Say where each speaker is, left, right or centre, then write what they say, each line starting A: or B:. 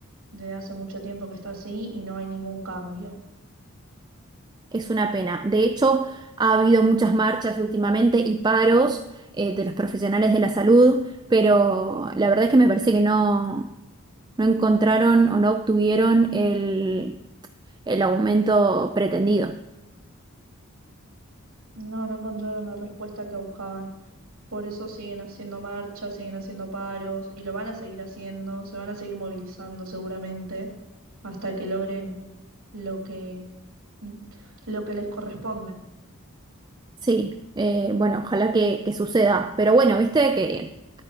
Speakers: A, on the right (about 85°); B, on the right (about 20°).
A: desde hace mucho tiempo que está así y no hay ningún cambio.
B: Es una pena. De hecho, ha habido muchas marchas últimamente y paros eh, de los profesionales de la salud, pero la verdad es que me parece que no, no encontraron o no obtuvieron el, el aumento pretendido.
A: No, no encontraron la respuesta que buscaban. Por eso siguen haciendo marchas, siguen haciendo paros y lo van a seguir haciendo, se van a seguir movilizando seguramente hasta que logren lo que mm, lo que les corresponde.
B: Sí, eh, bueno, ojalá que, que suceda. Pero bueno, viste que,